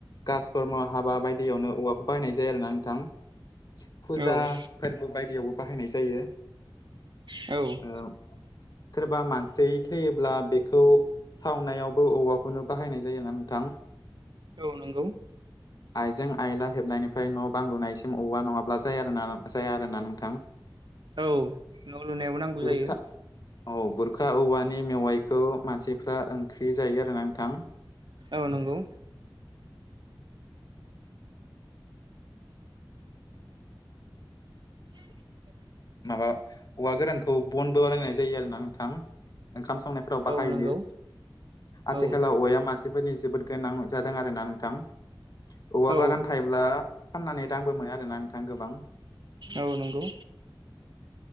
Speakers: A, on the left (about 50°); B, on the right (about 60°).
A: कासकर्म हाबा बायदियावनो औवाखौ बाहायनाय जायो आरोना नोंथां फुजा
B: औ
A: फोरबो बायदियावबो बाहायनाय जायो
B: औ
A: ओ सोरबा मानसि थैयोब्ला बेखौ सावनायावबो औवाखौनो बाहायनाय जायोना नोंथां
B: औ नंगौ
A: आइजेंं आइला हेबनायनिफ्राय न' बां लुनायसिम औवा नङाब्ला जाया जाया आरो ना नों
B: औ न' लुनायावबो नांगौ
A: बुरखा
B: जायो
A: औ बुरखा औवानि मेवाइखौ मानसिफ्रा ओंख्रि जायो आरोना नोंथां
B: औ नंगौ <inaudible>
A: माबा औवा गोरानखौ बनबो बानायनाय जायो आरोना नोंथां। ओंखाम संनायफोराव बाहायनो
B: औ नंगौ
A: आथिखालाव
B: औ
A: औवाया मानसिफोरनि जोबोद गोनां जादों आरोना नोंथां। औवा
B: औ
A: बागान थायोब्ला फाननानै रांबो मोनो आरोना नोंथां गोबां।
B: औ नोंगौ।